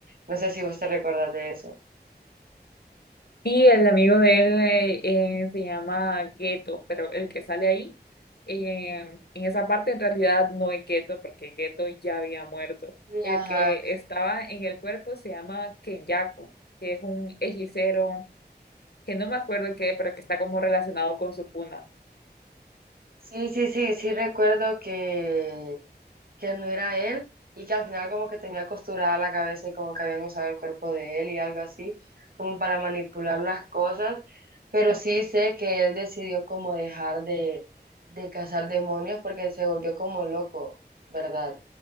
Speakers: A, on the right; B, on the left.
A: No sé si vos te recordás de eso.
B: Y el amigo de él eh, eh, se llama Gueto, pero el que sale ahí, eh, en esa parte en realidad no es Gueto, porque Gueto ya había muerto.
A: Sí,
B: El
A: ajá.
B: que estaba en el cuerpo se llama Kenyaku, que es un hechicero que no me acuerdo qué, pero que está como relacionado con su cuna.
A: Sí, sí, sí, sí recuerdo que que no era él y que al final como que tenía costurada la cabeza y como que habían usado el cuerpo de él y algo así, como para manipular las cosas, pero sí sé que él decidió como dejar de, de cazar demonios porque se volvió como loco, ¿verdad?